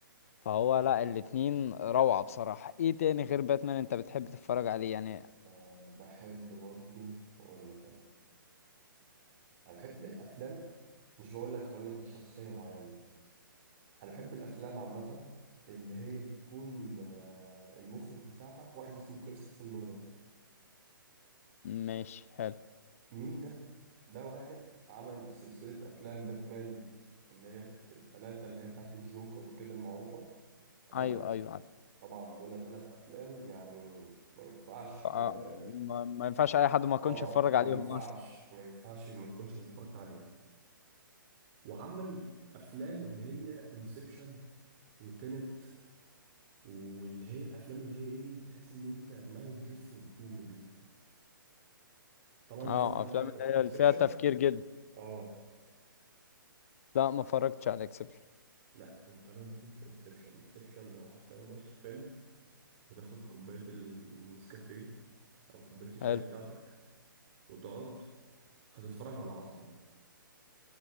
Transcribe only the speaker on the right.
آه، بحب برضو اقول لك انا انا بحب الافلام مش بقول لك هقول لك مش شخصية معينة انا بحب الافلام عامة اللي هي بتكون آه، المخرج بتاعها واحد اسمه كريستوفر نولان
مين ده؟ ده واحد عمل سلسلة أفلام باتمان اللي هي التلاتة اللي هي بتاعت الجوكر وكده المعروفة تمام؟
طبعا دول تلات أفلام يعني ما ينفعش
آه
آه،
ما
ينفعش
ما ينفعش ما تكونش اتفرجت عليه وعمل أفلام اللي هي انسبشن وتنت واللي هي الأفلام اللي هي إيه تحس إن أنت دماغك بتلف وتدور دي طبعا
اتفرجت على
انسبشن
آه
لا انت لازم تشوف انسبشن انسبشن هو حرفيا بص فيلم بتاخد كوباية النسكافيه أو كوباية الشاي
بتاعتك وتقعد هتتفرج على عظمة